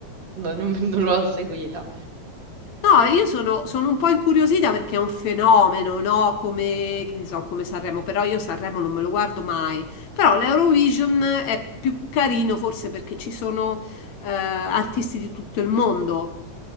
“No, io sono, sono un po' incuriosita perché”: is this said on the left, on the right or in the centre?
Left